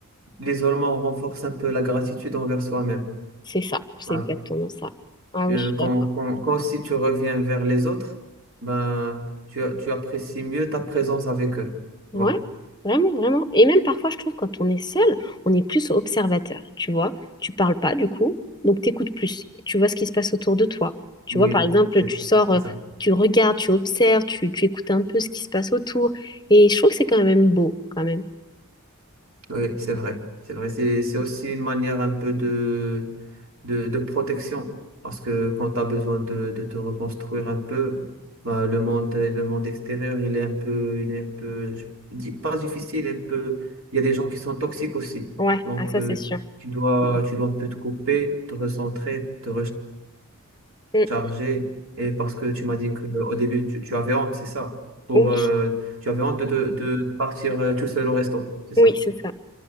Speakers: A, on the right; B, on the left.
A: l'isolement renforce un peu la gratitude envers soi-même.
B: C'est ça, c'est
A: Voilà.
B: exactement ça. Ah oui,
A: Euh,
B: je suis
A: Quand,
B: d'accord.
A: quand, quand aussi tu reviens vers les autres, ben, tu, tu apprécies mieux ta présence avec eux. Tu
B: Ouais,
A: vois.
B: vraiment, vraiment. Et même parfois, je trouve, quand on est seul, on est plus observateur, tu vois. Tu parles pas, du coup, donc t'écoutes plus. Tu vois ce qui se passe autour de toi. Tu
A: Oui,
B: vois, par exemple,
A: c'est
B: tu sors,
A: c'est
B: euh,
A: ça.
B: tu regardes, tu observes, tu, tu écoutes un peu ce qui se passe autour. Et je trouve que c'est quand même beau, quand même.
A: Oui, c'est vrai. C'est vrai. C'est, c'est aussi une manière un peu de, de, de protection. Parce que quand tu as besoin de, de te reconstruire un peu, bah, le monde, le monde extérieur, il est un peu, il est un peu, je dis pas difficile, un peu, il y a des gens qui sont toxiques aussi.
B: Ouais,
A: Donc,
B: ah, ça,
A: euh,
B: c'est sûr.
A: tu dois,
B: Mm,
A: tu dois un peu te couper, te recentrer, te
B: mm,
A: recharger.
B: mm.
A: Et parce que tu m'as dit qu'au début, tu, tu avais honte, c'est ça? Pour,
B: Oui,
A: euh, tu avais honte de, de, de de partir euh, tout seul au resto, c'est ça?
B: oui, c'est ça.